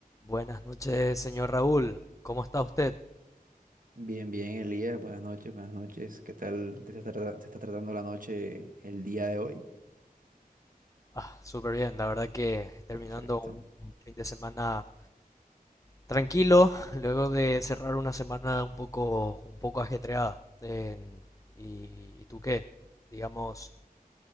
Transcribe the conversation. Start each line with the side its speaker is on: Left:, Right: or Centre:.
Left: Buenas noches, señor Raúl. ¿Cómo está usted?
Right: Bien, bien, Elías, buenas noches, buenas noches. ¿Qué tal te está trata- te está tratando la noche el día de hoy?
Left: Ah, súper bien. La verdad que terminando
Right: Perfecto.
Left: un un fin de semana tranquilo, <laughs> luego de cerrar una semana un poco, un poco ajetreada. En- ¿y, y tú qué? Digamos,